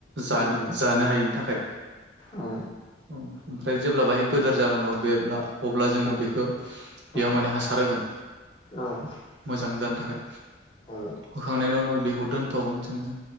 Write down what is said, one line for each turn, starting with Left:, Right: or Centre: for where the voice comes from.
Right: जानो
Left: नंगौ
Right: जानो हायैनि थाखाय
Left: औ
Right: औ ओमफ्राय जेब्ला बाहाय गोदोर जागोन न' बेब्ला अब्ला जोङो
Left: औ
Right: बेखो बेयाव
Left: औ
Right: माने हासार होगोन
Left: औ
Right: मोजां जानो थाखाय
Left: औ
Right: होखांनायनि उनाव बेखौ दोनथ'गोन जोङो